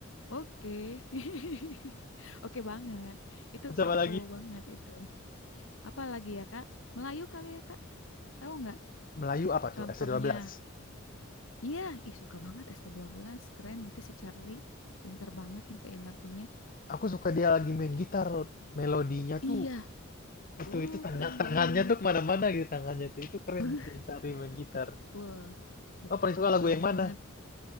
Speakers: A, on the left (about 75°); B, on the left (about 45°).
A: Oke. <laughs> Oke banget. Itu
B: Terus
A: pro
B: apa lagi?
A: cowok banget itu. Apa lagi ya, Kak? Melayu kali ya, Kak? Tahu nggak
B: Melayu apa
A: contohnya?
B: tuh? S12.
A: Iya, ih suka banget st belas Keren itu si Charlie. Pinter banget nyiptain lagunya.
B: Aku suka dia lagi main gitar. Melodinya tuh
A: Iya,
B: itu
A: uh
B: itu tangan
A: keren
B: tangannya
A: banget.
B: tuh kemana-mana gitu tangannya tuh itu keren
A: Beuh,
B: sih cari main gitar.
A: betul, betul
B: Oh paling suka lagu
A: banget.
B: yang mana?